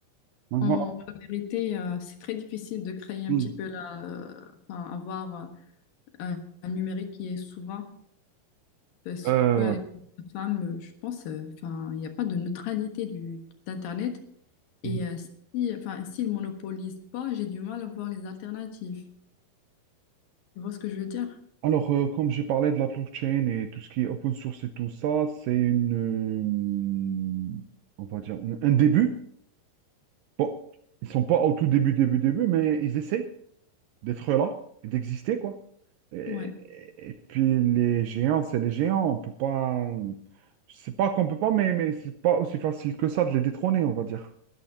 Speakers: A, on the right; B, on the left.
A: Donc
B: En
A: voilà.
B: vérité, euh, c'est très difficile de créer un
A: Mm.
B: petit peu la, euh, enfin, avoir euh, un, un numérique qui est souverain, parce
A: Euh,
B: qu'avec
A: ouais.
B: les femmes, euh, je pense, euh, enfin, il n'y a pas de neutralité du d'Internet. Et
A: Hmm.
B: euh, si, enfin, s'ils monopolisent pas, j'ai du mal à voir les alternatives. Tu vois ce que je veux dire?
A: Alors, euh, comme j'ai parlé de la blockchain et tout ce qui est open source et tout ça, c'est une, euh, on va dire, une- un début. Bon, ils sont pas au tout début, début, début, mais ils essaient d'être là et d'exister, quoi. Et,
B: Ouais.
A: et puis les géants, c'est les géants. On peut pas, c'est pas qu'on peut pas, mais mais c'est pas aussi facile que ça de les détrôner, on va dire.